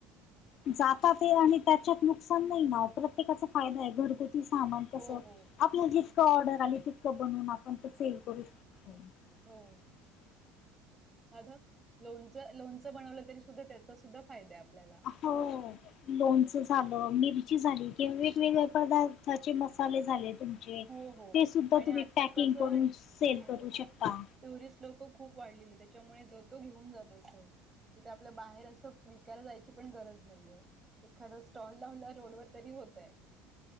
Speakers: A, on the left (about 55°); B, on the right (about 25°).
A: जातात ये आणि त्याच्यात नुकसान नाही ना. प्रत्येकाचा फायदाय. घरगुत सामान कसं,
B: हो हो
A: आपलं जितकं ऑर्डर आली, तितकं बनवून आपण ते सेल करू शकतो. <inaudible>
B: हो साधं लोनच, लोणचं बनवलं तरी सुद्धा त्याचा सुद्धा फायदाय आपल्याला.
A: हो. लोणच
B: हो हो
A: झालं, मिरची झाली कि वेगवेगळ्या पदार्थाचे मसाले झाले. <unintelligible>
B: हो हो
A: ते सुद्धा
B: आणि
A: तुम्ही
B: आता
A: पॅकिंग
B: कसं
A: करून, सेल
B: हो
A: करू शकता.
B: टुरिस्ट लोकं खूप वाढलेली. त्याच्यामुळे जो तो घेऊन जात असं. तिथे आपलं बाहेर असं, विकायला जायची पण गरज नाहीये. एखादा स्टॉल लावला रोड वर तरी होतय.